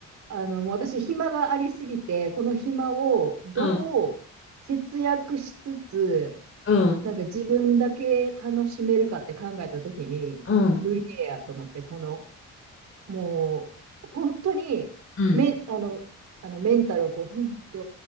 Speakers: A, on the right (about 65°); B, on the left (about 45°).
A: あの、もう私、暇がありすぎて、この暇をどう節約しつつ、
B: うん、うん、
A: なんか自分だけ楽しめるかって考えたときに、
B: うん、
A: 塗り絵やと思って、このもう、本当に、
B: うん。
A: め、あの、あのメンタルをこう、ふんって